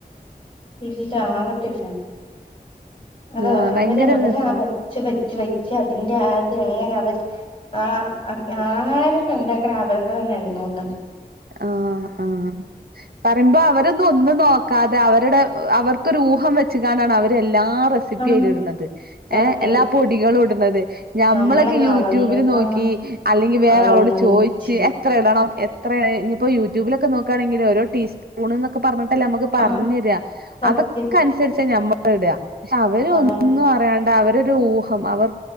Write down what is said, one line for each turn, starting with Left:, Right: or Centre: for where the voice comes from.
Left: ഇല്ല ആവത്തില്ല അത്
Right: ആ ഭയങ്കര
Left: അവരെ അവരാ
Right: രസം
Left: വച്ച് വച്ച് വച്ച് അതിന്റെ താ അങ്ങനെ അവര് ആ ആഹാരമൊക്കെ ഉണ്ടാകണെ അപ്പ തന്നെ ണ്ടാക്കൽ
Right: ആ ആ പറയുമ്പോ അവരൊന്നും ഒന്നും നോക്കാതെ അവരുടെ അവർക്കൊരു ഊഹം വെച്ച്കാണ്ടാണ് അവരെല്ലാം ല്ലാ റെസിപ്പി
Left: ആ
Right: അയിൽ ഇട്ണത്
Left: സത്യം
Right: എ എല്ലാ പൊടികളൂടും ള്ളത് ഞമ്മളൊക്കെ
Left: നമ്മളൊക്കെ
Right: യൂട്യൂബിൽ
Left: അളന്ന്
Right: നോക്കി
Left: ആ
Right: അല്ലെങ്കിൽ വേറെ
Left: അളന്ന്
Right: ആളോട് ചോയിച്ച്
Left: മുറിച്ച്
Right: എത്ര ഇടണം എത് ത്ര ഇനിയിപ്പോൾ യൂടൂബിലൊക്കെ നോക്കാണെങ്കിൽ ഓരോ ട്ടീ സ്പൂൺന്നൊക്കെ പറഞ്ഞിട്ടല്ലെ നമ്മക്ക് പറഞ്ഞരാ
Left: ആ സത്യം
Right: അതൊക്കെ അനുസരിച്ചാമ്മൾ അത്ടാ ക്ഷെ അവരൊന്നും
Left: ആ
Right: അറിയാണ് അവരൊരു ഊഹം അവർ